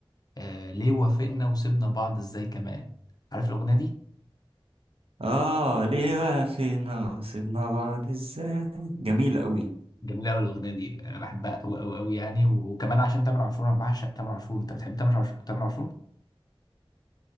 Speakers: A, on the left; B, on the right.
A: آه، ليه وافقنا وسيبنا بعض ازاي كمان عارف الاغنيه دي
B: آه ليه وقفنا وسيبنا بعض إزاي جميلة قوي
A: جميله قوي الاغنيه دي انا بحبها قوي قوي قوي يعني وكمان عشان تامر عاشور انا بعشق تامر عاشور انت بتحب تامر عاشور تامر عاشور